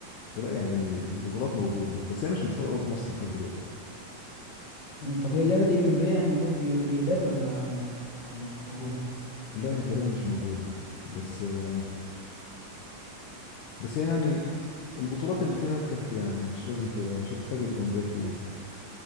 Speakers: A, on the left; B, on the left.
A: فلا يعني البطولات موجودة بس هي مش مشهورة قوي في مصر لحد دلوقتي
B: امم، طب هي اللعبة دي أولمبية يعني موجودة في الأولمبياد ولا ولا مش موجودة
A: لا هي تقريبا مش موجودة بس آه، بس هي يعني البطولات اللي فيها تكفي يعني مش لازم ت... مش هتحتاج الأولمبياد فيها